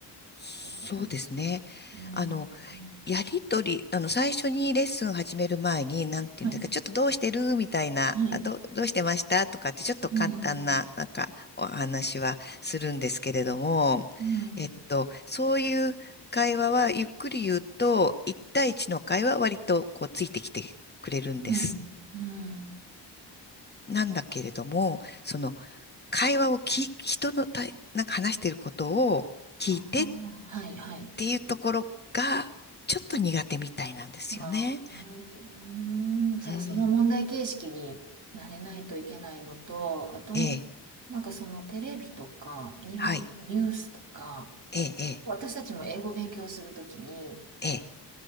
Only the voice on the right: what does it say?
できないです。うん。
うん
はい。
はい。
うん、
うん、
うん、うん。
ああ、はい、はい。
ああ、うーん、じゃあその問題形式になれないといけないのと、
あと、
なんかそのテレビとか、日本のニュースとか、
私たちも英語勉強するときに、